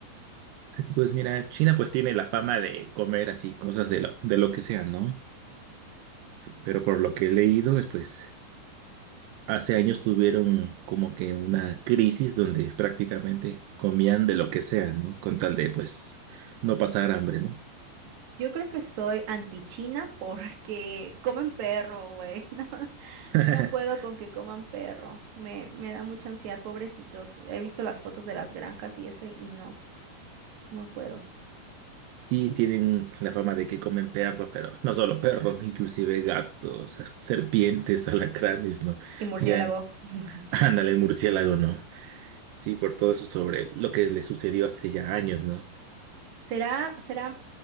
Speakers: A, on the right; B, on the right.
A: Así pues, mira, China pues tiene la fama de comer así cosas de lo, de lo que sea, ¿no? Pero por lo que he leído es pues hace años tuvieron como que una crisis donde prácticamente comían de lo que sea, ¿no? Con tal de pues no pasar hambre, ¿no?
B: Yo creo que soy anti-China porque <laughs> comen perro, güey. <laughs> No,
A: <laughs>
B: no puedo con que coman perro. Me, me da mucha ansiedad, pobrecitos. He visto las fotos de las granjas y eso y, y no, no puedo.
A: Sí, tienen la fama de que comen perro, pero no solo perro, inclusive gatos, serpientes, alacranes, ¿no?
B: Y murciélago.
A: Ya,
B: <laughs>
A: ándale, murciélago, ¿no? Sí, por todo eso sobre lo que le sucedió hace ya años, ¿no?
B: Será, será,